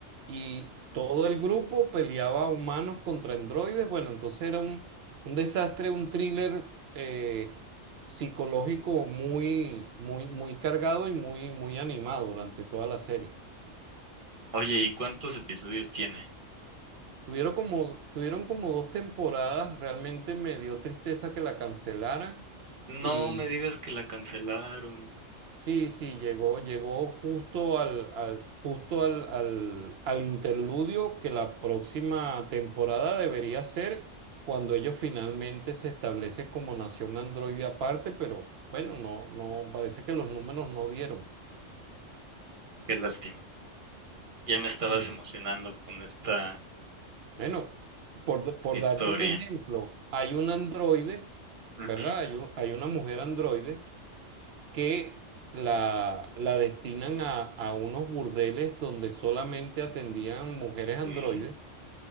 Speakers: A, on the right; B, on the right.
A: y todo el grupo peleaba humanos contra androides. Bueno, entonces era un, un desastre, un thriller eh, psicológico muy, muy, muy cargado y muy, muy animado durante toda la serie.
B: oye, ¿y cuántos episodios tiene?
A: Tuvieron como, tuvieron como dos temporadas, realmente me dio tristeza que la cancelaran.
B: No
A: Y
B: me digas que la cancelaron.
A: Sí, sí, llegó, llegó justo al, al- justo al, al, al interludio que la próxima temporada debería ser cuando ellos finalmente se establecen como nación androide aparte, pero bueno, no, no, parece que los números no dieron.
B: Qué lástima. Ya me estabas
A: Sí.
B: emocionando con esta
A: Bueno, por, por
B: historia.
A: darte un ejemplo, hay un androide,
B: Ujú.
A: ¿verdad? Hay, un- hay una mujer androide que la, la destinan a, a unos burdeles donde solamente atendían mujeres androides,
B: Sí.